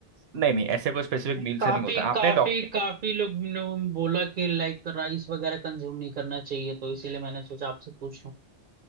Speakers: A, on the right; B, on the right.
A: नहीं नहीं ऐसे कोई स्पेसिफिक
B: नहीं,
A: मील
B: काफी
A: से नहीं होता आपने
B: काफी काफी लोग ने बोला कि लाइक राइस वगैरह कंज्यूम नहीं करना चाहिए तो इसीलिए मैंने सोचा आपसे पूछ लूं